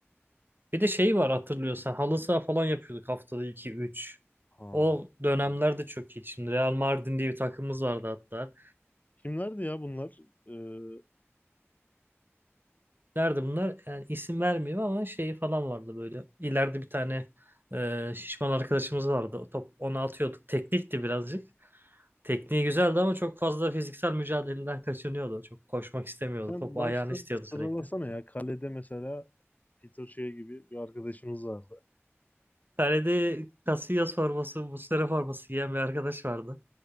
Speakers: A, on the right; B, on the left.
A: Bir de şey var hatırlıyorsan halı saha falan yapıyorduk haftada iki üç.
B: Ha.
A: O dönemlerde
B: E,
A: çok iyi. Şimdi Real Mardin diye bir takımımız vardı hatta.
B: Kimlerdi ya bunlar? Ee,
A: Nerede bunlar? Yani isim vermeyeyim ama şeyi falan vardı böyle. İleride bir tane e, şişman arkadaşımız vardı. O top ona atıyorduk. Teknikti birazcık. Tekniği güzeldi ama çok fazla fiziksel mücadeleden kaçınıyordu. Çok koşmak istemiyordu.
B: sen
A: Top ayağını
B: baştan
A: istiyordu sürekli.
B: sıralasana ya. Kalede mesela Peter Shea gibi bir arkadaşımız vardı.
A: tane de Casillas forması, Muslera forması giyen bir arkadaş vardı.